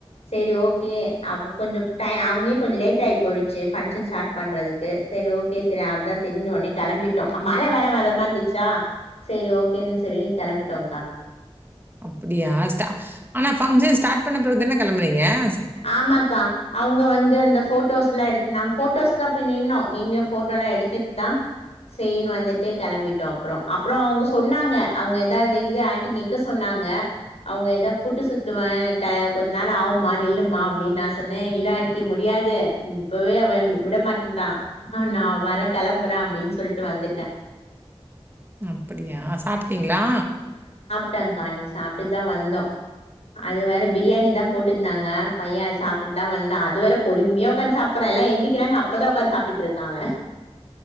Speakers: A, on the left; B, on the right.
A: சரி ஓகே அவ கொஞ்ச டயம் அவ்ங்கே கொஞ்சம் லேட்ஆய்போயிடுச்சு பங்சன் ஸ்டார்ட் பண்றதுக்கு சரி ஓகே சரி அவதா ச சரின்னு ஒனே கெளம்பிட்டோ மழ வேற வரமா இருந்துச்சா சரி ஓகேன்னு சரி கெளம்பிட்டோ கா
B: அப்பிடியா ஆனா பங்க்ஷன் ஸ்டார்ட் பண்ண பிறகு தானே கெளம்புனீங்க? ச
A: ஆமாக்கா அவங்க வந்து அந்த போட்டோஸ் எல்லா எடுத்துட்டு தா போட்டோஸ்க்கு எல்லா நின்னோ நின்னு ஃபோட்டோலாம் எடுத்துகட்டு சேரின்னு வந்து வந்துட்டு கிளம்பிட்டோம் அப்புறோ அப்புறோ அவங்க சொன்னாங்க அவங்க எதாவ அது இது ஆன்ட்டி நிற்க சொன்னாங்க அவங்க எதோ புட்டு சுத்துவ கொஞ்ச நேரோ ஆகுமா நில்லுமா அப்டின்னு நா சொன்னே இல்ல ஆன்ட்டி முடியாது இப்பவே அவன் விட விடமாட்டேங்கிறான் நா வர கிளம்புறே அப்டின்னு சொல்லிட்டு வந்துட்டே
B: அப்டியா சாப்ட்டீங்களா
A: அதாங்க நீ சாப்பிட்டு தா வந்தோ அது வேற பிரியாணி தான் போட்டுட்டு இருந்தாங்க பையன் சாப்பிட்டு தா வந்தான் அதுவரை பொறுமையா உட்காந்து சாப்பிடுறேன் எல்லாம் எந்திரிக்கிறாங்க அப்பதா உட்காந்து சாப்பிட்டு இருக்காங்க